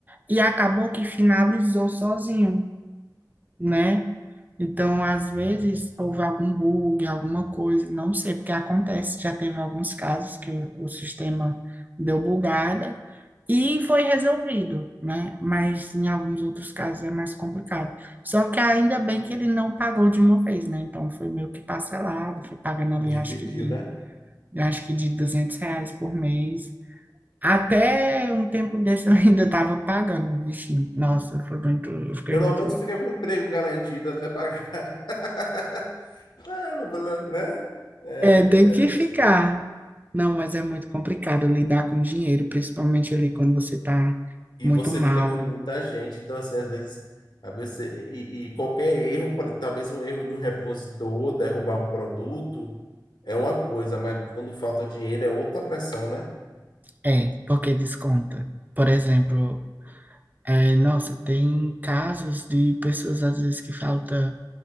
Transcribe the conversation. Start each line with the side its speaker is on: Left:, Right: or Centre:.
Right: E acabou que finalizou sozinho, né? Então, às vezes, houve algum bug, alguma coisa, não sei, porque acontece. Já teve alguns casos que o o sistema deu bugada e foi resolvido, né? Mas em alguns outros casos é mais complicado. Só que ainda bem que ele não pagou de uma vez, né? Então, foi meio que parcelado, foi pagando ali,
Left: dividiu,
Right: acho que de
Left: né?
Right: eu acho que de 200 reais por mês. Até um tempo desse eu <laughs> ainda estava pagando o bichinho. Nossa, foi muito, eu fiquei
Left: Pelo
Right: muito.
Left: menos fica com o emprego garantido até pagar. <laughs> Ah, não, vou lá, né? É
Right: É,
Left: interessante.
Right: tem que ficar. Não, mas é muito complicado lidar com dinheiro, principalmente ali quando você está
Left: e
Right: muito
Left: você
Right: mal.
Left: lida com muita gente, então assim, às vezes, às vezes você- e, e qualquer erro, por- talvez um erro de um repositor, derrubar um produto, é uma coisa, mas quando falta dinheiro é outra pressão, né?
Right: É, porque desconta. Por exemplo, é, nossa, tem casos de pessoas às vezes que falta